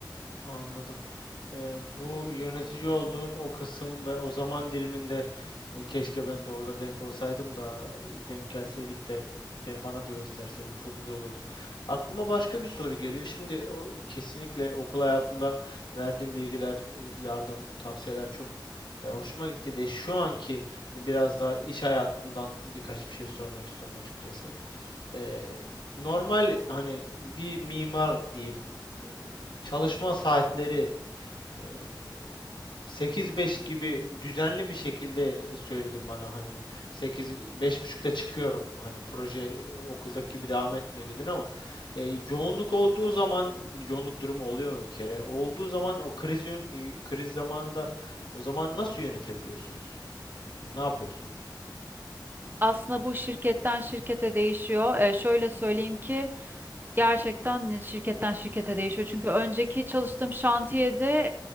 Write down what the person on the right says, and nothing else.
Aslında bu şirketten şirkete değişiyor. Ee, şöyle söyleyeyim ki Gerçekten ne- şirketten şirkete değişiyor. Çünkü önceki çalıştığım şantiyede